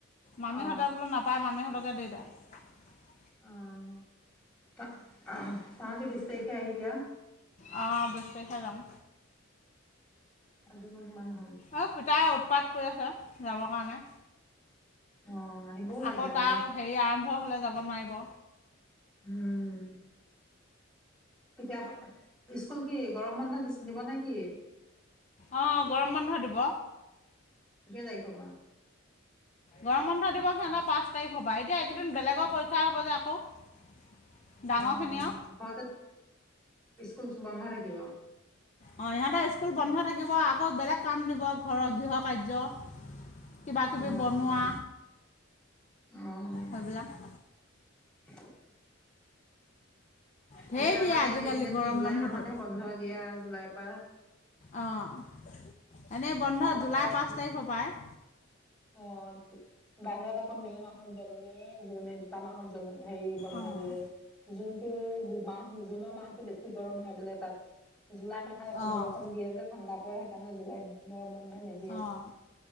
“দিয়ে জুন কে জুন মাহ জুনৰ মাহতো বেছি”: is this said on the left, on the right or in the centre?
Centre